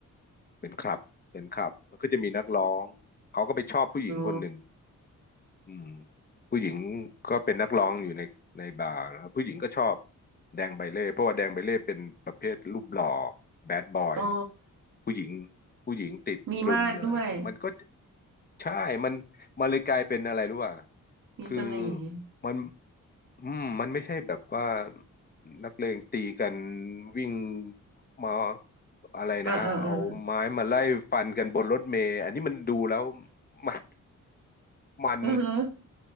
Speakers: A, on the left; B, on the right.
A: เป็นคลับ เป็นคลับ แล้วก็จะมีนักร้อง เขาก็ไปชอบผู้หญิงคนหนึ่ง
B: อ๋อ
A: อืมผู้หญิงก็เป็นนักร้องอยู่ในในบาร์แล้วผู้หญิงก็ชอบแดงใบเล่ เพราะว่าแดงใบเล่เป็นประเภทรูปหล่อแบดบอย
B: อ๋อ
A: ผู้หญิงติดตรึมเลยอย่างเงี้ยมันก็
B: มีมาดด้วย
A: ใช่ มันมันเลยกลายเป็นอะไรรู้ป่ะ
B: มีเสน่ห์
A: คือมันอืมมันไม่ใช่แบบว่านักเลงตีกันวิ่งมาอะไรนะเอาไม้มาไล่ฟันกันบนรถเมล์อันนี้มันดูแล้ว
B: เออเออเออ
A: มันมัน
B: <laughs> อือฮะ